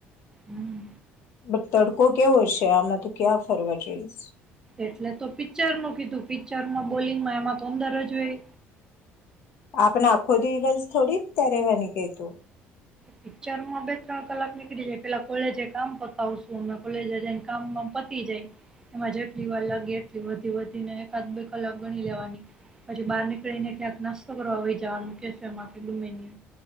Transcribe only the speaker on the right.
હમ
એટલે તો પિક્ચર ન કીધું પિક્ચરમાં બોલિંગમાં એમાં તો અંદર જ હોય.
પિક્ચરમાં બે ત્રણ કલાક નીકળી જાય પેલા કોલેજે કામ પતાવશું અમે કોલેજ જને કામ પતી જાય એમાં જેટલી વાર લાગે એટલી વધી વધીને એકાદ બે કલાક ગણી લેવાની પછી બહાર નીકળીને ક્યાંક નાસ્તો કરવા વહી જવાનું કેફમાં કે <unintelligible> કે ગમે